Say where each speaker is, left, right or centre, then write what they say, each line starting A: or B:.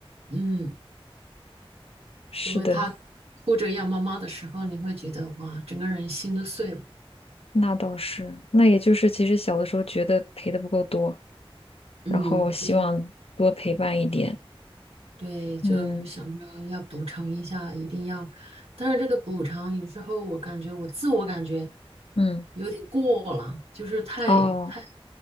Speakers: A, on the right; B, on the left.
A: 嗯，
B: 是的，
A: 就会她哭着要妈妈的时候，你会觉得哇，整个人心都碎了。
B: 那倒是。那也就是，其实小的时候觉得陪的不够多，
A: 嗯，
B: 然后希望多陪伴一点。
A: 对对，就想着要补偿一下，
B: 嗯
A: 一定要。但是这个补偿有时候我感觉我自我感觉
B: 嗯，
A: 有点过了，就是太太
B: 哦，